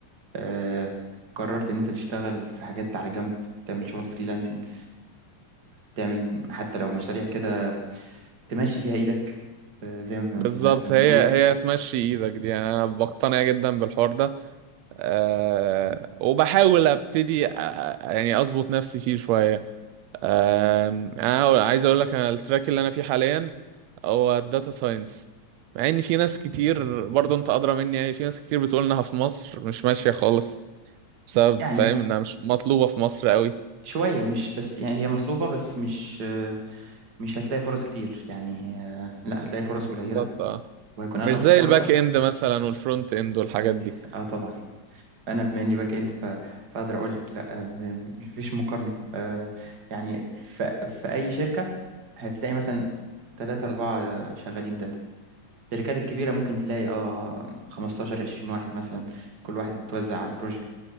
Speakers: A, on the right; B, on the right.
A: آه، قررت إن أنت تشتغل في حاجات على جنب تعمل شغل فريلانسنج تعمل حتى لو مشاريع كده تمشي فيها إيدك آه، زي ما ما-
B: بالظبط
A: ما بنقول
B: هي هي تمشي ايدك دي يعني انا بقتنع جدا بالحوار ده أه وبحاول ابتدي أ- أ- يعني اظبط نفسي فيه شوية أه انا عايز اقول لك انا التراك اللي انا فيه حاليا هو الداتا ساينس مع ان في ناس كتير برضه انت ادرى مني يعني في ناس كتير بتقول انها في مصر مش ماشية خالص بسبب
A: يعني
B: فاهم انها مش مطلوبة في مصر قوي
A: شوية مش بس يعني هي مطلوبة بس مش مش هتلاقي فرص كتير يعني آه، لا
B: بالظبط
A: هتلاقي فرص قليلة
B: اه
A: وهيكون أغلب
B: مش زي
A: فرصك
B: الباك اند مثلا والفرونت اند والحاجات
A: مش
B: دي
A: اه طبعا أنا بما إني باك إند ف... فأقدر أقول لك لا آه، م- مفيش مقارنة آه، يعني في في أي شركة هتلاقي مثلا تلاتة
B: مم.
A: أربعة آه، شغالين داتا الشركات الكبيرة ممكن تلاقي اه 15 20 واحد مثلا كل واحد متوزع على البروجكت